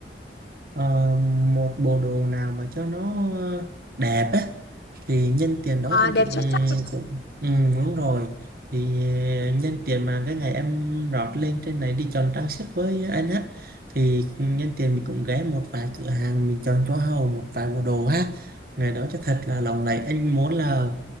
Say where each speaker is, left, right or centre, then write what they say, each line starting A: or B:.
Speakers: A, on the right (about 50°); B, on the left (about 65°).
A: ờ, một bộ đồ nào mà cho nó đẹp á thì nhân tiền đó
B: à,
A: anh
B: đẹp
A: cũng
B: xuất sắc luôn
A: cũng ừ, đúng rồi thì ờ, nhân tiền mà cái ngày em rót lên trên này đi chọn trang sức với anh á thì nhân tiền mình cũng ghé một vài cửa hàng mình chọn cho hầu một vài bộ đồ ha ngày đó cho thật là lộng lẫy anh muốn là